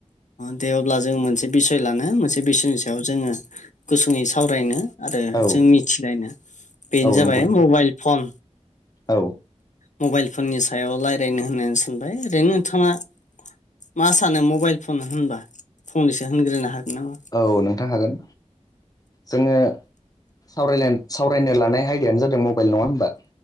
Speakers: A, on the left; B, on the left.
A: दे अब्ला जों मोनसे बिसय लानो मोनसे बिसयनि सायाव जोङो गुसुङै सावरायनो आरो
B: औ
A: जों मिथिलायनो बेनो
B: औ
A: जाबाय
B: नंगौ नोंथां
A: मबाइल फन
B: औ
A: मबाइल फननि सायाव रायज्लायनो होननानै सानबाय ओरैनो नोंथाङा मा सानो मबाइल फुं होनबा फंनैसो होनग्रोनो हागोन नामा
B: औ नोंथां हागोन जोङो सावरायनो लानाय आयदायानो जादों मबाइल नङा होनबा